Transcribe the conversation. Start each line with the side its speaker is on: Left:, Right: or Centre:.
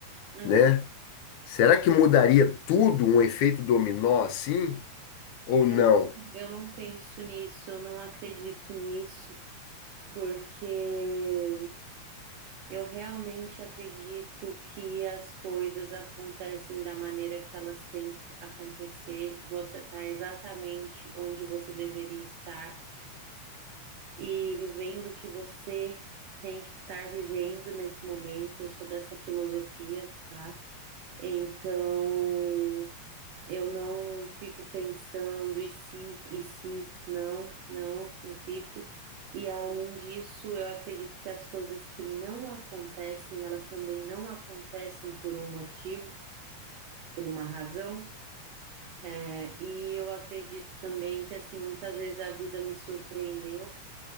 Right: É,
Left: né? Será que mudaria tudo um efeito dominó assim? Ou
Right: eu
Left: não?
Right: não, eu não penso nisso, eu não acredito nisso, porque Eu realmente acredito que as coisas acontecem da maneira que elas têm que acontecer. Você está exatamente onde você deveria estar e vivendo o que você tem que estar vivendo nesse momento. Eu sou dessa filosofia, tá? Então, eu não fico pensando, e se, e se, não, não, não fico. E além disso, eu acredito que as coisas que não acontecem, elas também não acontecem por um motivo, por uma razão. É, e eu acredito também que, assim, muitas vezes a vida me surpreendeu.